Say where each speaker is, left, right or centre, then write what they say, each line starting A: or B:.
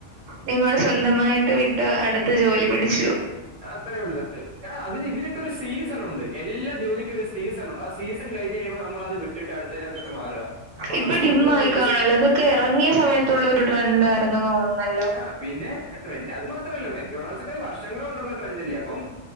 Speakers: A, on the right (about 80°); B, in the centre.
A: നിങ്ങൾ സ്വന്തമായിട്ട് വിട്ട് അടുത്ത ജോലിപിടിച്ചു.
B: അത്രേ ഉള്ള് എടാ അതിന് ഇതിനൊക്കെ ഒരു സീസൺ ഉണ്ട്, എല്ലാ ജോലിക്കും ഒരു സീസൺ ഉണ്ട്, ആ സീസൺ കഴിഞ്ഞ് കഴിയുമ്പോ. നമ്മളത് വിട്ടിട്ട് അടുത്തെനത്തോട്ട് മാറുക അപ്പൊ
A: ഇപ്പൊ
B: നമുക്ക്
A: ഡിമ്മായി
B: ഒന്നുമില്ലെക്കിലും.
A: കാണുവല്ലോ അതൊക്കെ എറങ്ങിയ സമയത്തുള്ള ഒരു ട്രെൻഡായിരുന്നെന്ന് തോന്നുന്നല്ലോ.
B: ആ പിന്നെ ട്രെൻഡ് അത് മാത്ര അല്ല മെക്ഡോണാൾസ് ഒക്കെ. വർഷങ്ങള് കൊണ്ടുള്ള ട്രെൻഡ് അല്ലേ അപ്പം